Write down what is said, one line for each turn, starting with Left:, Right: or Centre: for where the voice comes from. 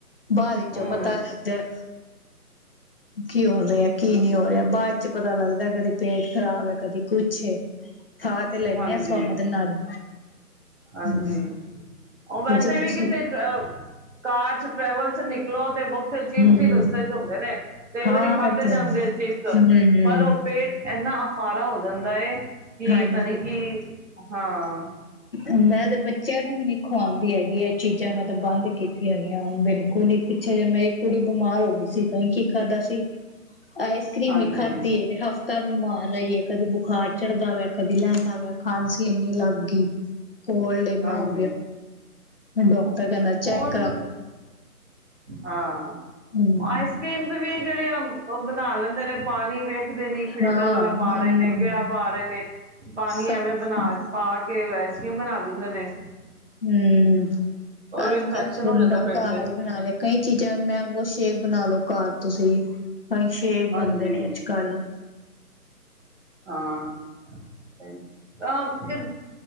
Left: ਬਾਅਦ ਵਿੱਚੋਂ
Right: ਹੂੰ।
Left: ਪਤਾ ਲੱਗਦਾ ਕੀ ਹੋ ਰਿਹਾ ਕੀ ਨਹੀਂ ਹੋ ਰਿਹਾ ਬਾਅਦ ਚ ਪਤਾ ਲੱਗਦਾ ਕਦੀ ਪੇਟ ਖਰਾਬ ਹੈ ਕਦੀ ਕੁਛ ਛੇ ਥਾ ਤੇ ਲੈਨੇ
Right: ਹਾਂਜੀ,
Left: ਆ ਸਵਾਦ ਨਾਲ
Right: ਹਾਂਜੀ
Left: ਹਮ
Right: ਉਹ ਵੈਸੇ
Left: ਤੁਸੀਂ
Right: ਵੀ ਕਿਤੇ ਅ ਪਾਠ ਟਰੈਵਲ ਚ ਨਿਕਲੋ ਤੇ ਬਥੇ ਅਚੀਪ
Left: ਹਮ
Right: ਸੀ ਦੱਸੇ ਚ ਹੁੰਦੇ ਨੇ ਕਈ ਵਾਰੀ
Left: ਹਾਂ
Right: ਖਾਧੇ
Left: ਹਮ
Right: ਜਾਂ ਅੰਦੇ ਚਿਪਸ
Left: ਹਮ
Right: ਪਰ ਉਹ ਪੇਟ ਇੰਨਾ ਅਫਾਰਾ ਹੋ ਜਾਂਦਾ ਏ ਕਿ
Left: ਹਾਂਜੀ
Right: ਪਤਾਣੀੀ ਕਿ ਹਾਂ
Left: ਮੈ ਤੇ ਬੱਚਿਆਂ ਨੂੰ ਵੀ ਨੀ ਖੁਵਾਉਂ ਹੈਗੀ ਇਹ ਚੀਜ਼ਾਂ ਚਜ਼ਾਂ ਮੈਂ ਤਾਂਬ ਬੰਦ ਕੀਤੀਆਂ ਨੇ ਬਿਲਕੁਲ ਹੀ ਪਿੱਛੇ ਜੇ ਮੇਰੀ ਕੁੜੀ ਬਿਮਾਰ ਹੋ ਗਈ ਸੀ ਤਾਂ ਕੀ ਕਰਾਦਾ ਸੀ ਆਈਸ ਕਰ੍ਰੀਮ
Right: ਹਾਂਜੀ,
Left: ਵੀ ਖਾਧ ਹੈ ਤੇ ਹਫ ਤਬ ਮਾਰ ਰਹੀ ਹੈ ਕਦੇ ਬੁਖਾਰ ਚੜਦਾ ਵਆ ਕਦੀ ਲੈਂਦਾ ਵਆ ਖਾਂਸੀ ਇੰਨੀ ਲੱਗ ਗਈ ਕੋਲਡ ਇਨਾ
Right: ਹਾਂਜੀ
Left: ਹੋਗ ਡਾਕਟਰ
Right: ਹਾਂ
Left: ਕਹਿੰਦਾ ਚੈੱਕ
Right: ਉਹ
Left: ਕਰਾਓ
Right: ਹਾਂ
Left: ਹਮ
Right: ਆਈਸ ਕ੍ਰੀਮਸ ਵੀ ਜਿਹੜੇ ਆ ਉਹ ਬਣਾ ਲੈਂਦੇ ਨੇ ਪਾਣੀ ਵੇਖ ਦੇ ਨਹੀਂ ਫਿਲਟਰ
Left: ਹਾਂ
Right: ਵਾਲਾ ਪਾ ਰਹੇ
Left: ਨਹੀਂ
Right: ਨੇ ਕਿਹੜਾ ਪਾ ਰਹੇ ਨੇ ਪਾਣੀ
Left: ਸਾਫ਼
Right: ਐਵੇਂ ਬਣਾ ਪਾ ਕੇ ਵੈ ਯਮ ਨਾ ਅ ਤਨੇ
Left: ਹਮ ਅੱਜ
Right: ਇਨਫੈਕਸ਼ਨ
Left: ਕੱਲ ਬੰਦਾ
Right: ਹੋ ਜਾਂਦਾ ਪੇਟ
Left: ਘਰ
Right: ਚ
Left: ਹੀ ਬਣਾ ਲਿਆ ਕਈ ਚੀਜ਼ਾਂ ਮੈਂਗੋ ਸ਼ੇਕ ਬਣਾ ਲੋ ਘਰ ਤੁਸੀਂ ਭਈ ਛੇ
Right: ਹਾਂਜੀ
Left: ਬੰਦੇ ਨੇ ਅੱਜ ਕੱਲ ਹ
Right: ਹਾਂ ਕੀ